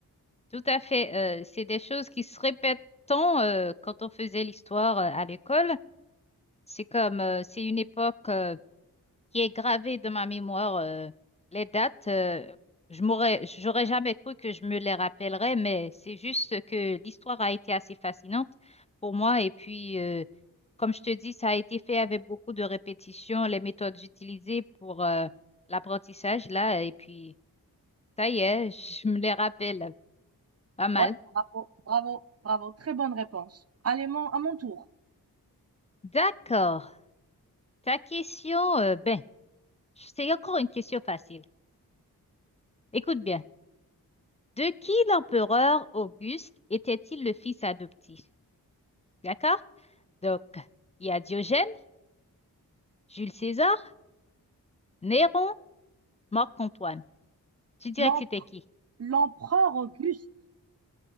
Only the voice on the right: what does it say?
Ouais, bravo, bravo, bravo. Très bonne réponse. Allez, mon, à mon tour.
L'empre-
L'empereur Auguste.